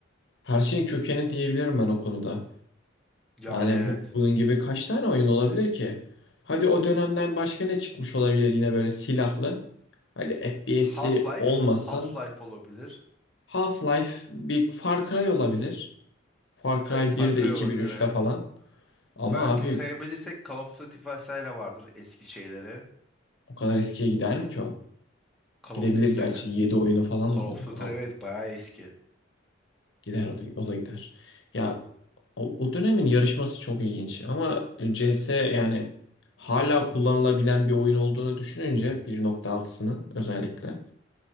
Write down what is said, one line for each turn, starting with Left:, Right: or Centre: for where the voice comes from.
Left: Her şeyin kökeni diyebilirim ben o konuda.
Centre: Yani
Left: Yani
Centre: evet.
Left: bu, bunun gibi kaç tane oyun olabilir ki? Hadi o dönemden başka ne çıkmış olabilir yine böyle silahlı? Hadi FPS'i
Centre: Half-Life,
Left: olmasın.
Centre: Half-Life olabilir.
Left: Half-Life bir Far Cry olabilir. Far Cry
Centre: Evet Far
Left: bir
Centre: Cry
Left: de 2003'te
Centre: olabilir evet.
Left: falan. Ama
Centre: Belki
Left: abi
Centre: sayabilirsek Call of Duty vesaire vardır eski şeyleri.
Left: o kadar eskiye gider mi ki o?
Centre: Call
Left: Gidebilir
Centre: of Duty
Left: gerçi.
Centre: mi?
Left: yedi oyunu falan
Centre: Call
Left: var onun.
Centre: of Duty
Left: Al.
Centre: evet bayağı eski.
Left: Gider o da, o da gider. Ya o, o dönemin yarışması çok ilginç. Ama CS yani hala kullanılabilen bir oyun olduğunu düşününce 1.6'sının özellikle.